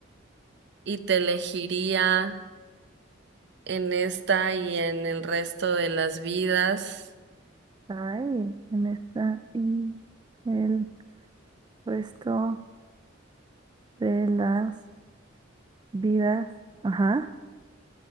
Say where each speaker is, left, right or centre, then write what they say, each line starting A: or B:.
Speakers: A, on the right; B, on the right.
A: y te elegiría en esta y en el resto de las vidas.
B: Ay, en esta y el resto de las vidas, ajá,